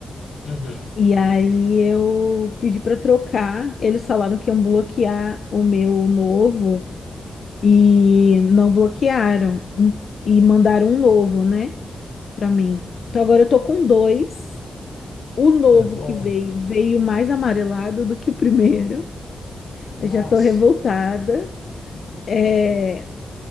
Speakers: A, on the left (about 80°); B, on the left (about 55°).
A: Uhum.
B: E aí eu pedi para trocar, eles falaram que iam bloquear o meu novo e não bloquearam e mandaram um novo, né, Para mim. Então agora eu tô com dois. O novo
A: Ah, bom.
B: que veio veio mais amarelado do que o primeiro.
A: Nossa.
B: Eu já tô revoltada. É,